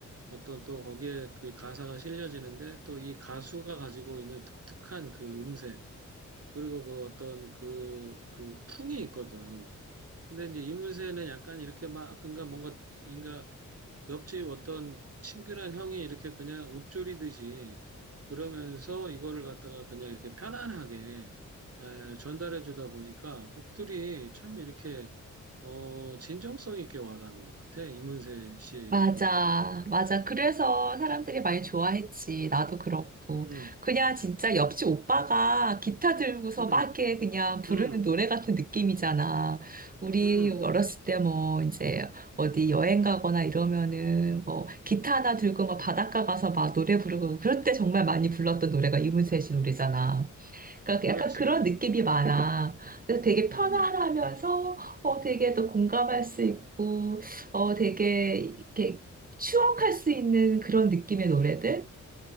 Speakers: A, on the right; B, on the right.
A: 어떤 또 거기에 그 가사가 실려지는데 또 이 가수가 가지고 있는 독특한 그 음색, 그리고 그 어떤 그, 그 풍이 있거든. 근데 이제 이문세는 약간 이렇게 막, 그가니까 뭔가, 그러니까 옆집 어떤 친근한 형이 이렇게 그냥 읊조리듯이 그러면서 이거를 갖다가 그냥 이렇게 편안하게 에, 전달해 주다 보니까 곡들이 참 이렇게 어, 진정성 있게 와닿는 것 같아. 이문세 씨의 이런
B: 맞아,
A: 곡들은.
B: 맞아. 그래서 사람들이 많이 좋아했지. 나도 그렇고.
A: 음,
B: 그냥 진짜 옆집 오빠가 기타 들고서
A: 음,
B: 막 이렇게 그냥 부르는
A: 음,
B: 노래 같은 느낌이잖아. 우리
A: 음,
B: 어렸을 때 뭐 이제 어디 여행 가거나 이러면은 뭐 기타 하나 들고 막 바닷가 가서 막 노래 부르고 그럴 때 정말 많이 불렀던 노래가 이문세 씨 노래잖아. 그러니까 그
A: 그렇지.
B: 약간 그런 느낌이 많아. 그래서 되게 편안하면서
A: 음,
B: 어 되게 또 공감할 수 있고 어 되게 이렇게 추억할 수 있는 그런 느낌의 노래들?